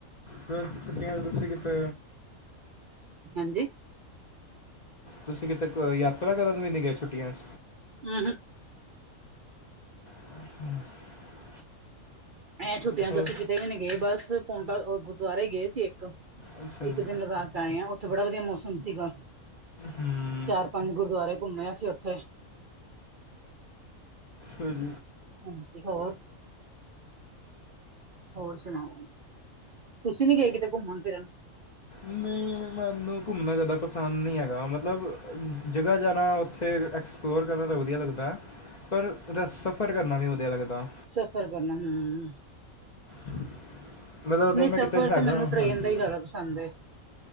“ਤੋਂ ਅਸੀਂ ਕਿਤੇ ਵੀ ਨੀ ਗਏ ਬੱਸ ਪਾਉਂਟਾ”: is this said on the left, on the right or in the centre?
Right